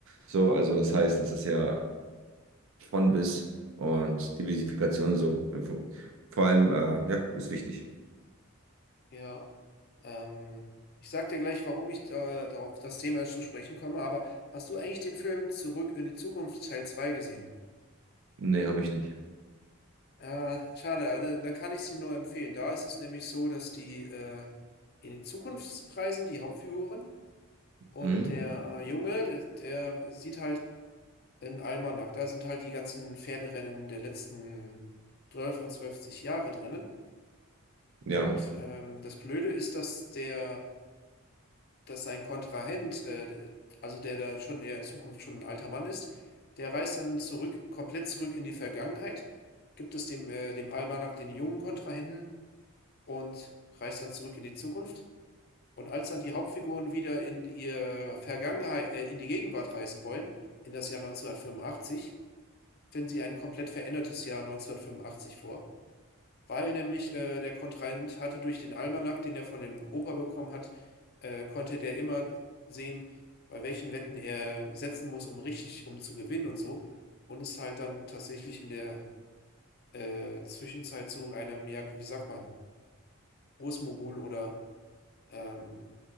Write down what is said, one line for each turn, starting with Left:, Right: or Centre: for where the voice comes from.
Right: So, also das heißt, das ist ja von bis und Diversifikation so. Vor allem, äh, ja, ist wichtig.
Left: ja. Ähm, ich sag dir gleich, warum ich da, darauf das Thema zu sprechen komme, aber hast du eigentlich den Film Zurück in die Zukunft Teil 2 gesehen?
Right: Nee, habe ich nicht.
Left: Äh, schade, also, dann kann ich sie nur empfehlen. Da ist es nämlich so, dass die äh, in die Zukunft reisen, die Hauptfiguren, und
Right: Mhm.
Left: der Junge, der, der sieht halt einen Almanach. Da sind halt die ganzen Pferderennen der letzten 12 und zwölfzig Jahre drinnen. Und
Right: Ja,
Left: ähm, das Blöde ist, dass der, dass sein Kontrahent, äh, also der da schon der in Zukunft schon ein alter Mann ist, der reist dann zurück, komplett zurück in die Vergangenheit, gibt es dem, äh, dem Almanach den jungen Kontrahenten und reist dann zurück in die Zukunft. Und als dann die Hauptfiguren wieder in ihre Vergangenheit, äh, in die Gegenwart reisen wollen, in das Jahr neunzehnhundertfünfundachtzig, finden sie ein komplett verändertes Jahr neunzehnhundertfünfundachtzig vor. Weil nämlich äh, der Kontrahent hatte durch den Almanach, den er von dem Opa bekommen hat, äh, konnte der immer sehen, bei welchen Wetten er setzen muss, um richtig, um zu gewinnen und so. Und ist halt dann tatsächlich in der äh, Zwischenzeit zu einem, ja, wie sagt man, Großmogul oder ähm,